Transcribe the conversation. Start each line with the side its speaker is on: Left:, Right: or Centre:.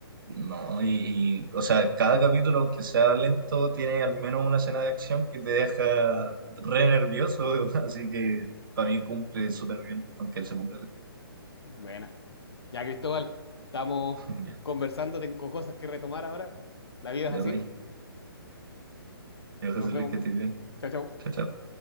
Right: No, y, y, o sea, cada capítulo, aunque sea lento, tiene al menos una escena de acción que te deja re nervioso, <laughs> así que para mí cumple súper bien, aunque él se ponga lento.
Left: Buena. Ya, Cristóbal, estamos
Right: <laughs> Ya,
Left: conversando, tengo cosas que retomar ahora. La vida
Right: ya,
Left: es así.
Right: Rey. Ya, José
Left: Nos vemos.
Right: Luis, que estés bien.
Left: Chao, chao.
Right: Chao, chao.